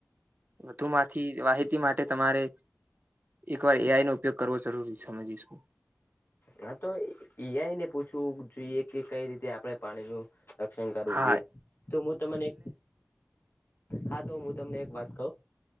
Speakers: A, on the right (about 45°); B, on the left (about 60°).
A: વધુમાંથી માહિતી માટે તમારે એક વાર એઆઈ નો ઉપયોગ કરવો. જરૂરી સમજીશું.
B: હા, તો એઈઆઈ ને પૂછવું જોઈએ કે, કઈ રીતે આપ આપણે પાણી નું રક્ષણ કરવુ
A: હા
B: જોઈએ, તો હું તમને હા, તો હું તમને એક વાત કહું